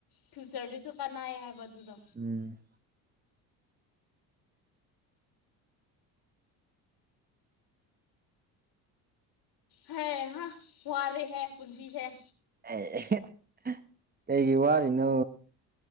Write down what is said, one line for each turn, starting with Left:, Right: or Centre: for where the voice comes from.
Left: ꯐ꯭ꯌꯨꯆꯔꯗꯨꯁꯨ ꯀꯥꯟꯅꯥꯩꯌꯦ ꯍꯥꯏꯕ ꯑꯗꯨꯗꯣ
Right: ꯎꯝ
Left: ꯍꯥꯏ ꯍꯥ ꯃꯨꯔꯦ ꯍꯥꯏ ꯄꯨꯟꯁꯤ ꯍꯥꯏ
Right: ꯑꯦ ꯀꯩꯒꯤ ꯋꯥꯅꯣ